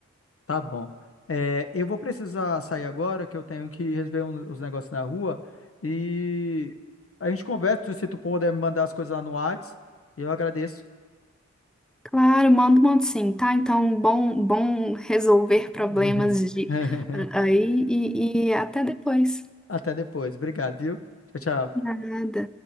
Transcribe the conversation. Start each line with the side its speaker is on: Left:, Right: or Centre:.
Left: tá bom. É, eu vou precisar sair agora, que eu tenho que resolver um- os negócios na rua. E a gente conversa, se tu puder me mandar as coisas lá no Whats, eu agradeço.
Centre: Claro, mando, mando sim, tá? Então, bom, bom resolver
Left: <laughs>
Centre: problemas de ah, aí e, e até depois.
Left: Até depois. Obrigado, viu? Tchau, tchau.
Centre: Nada.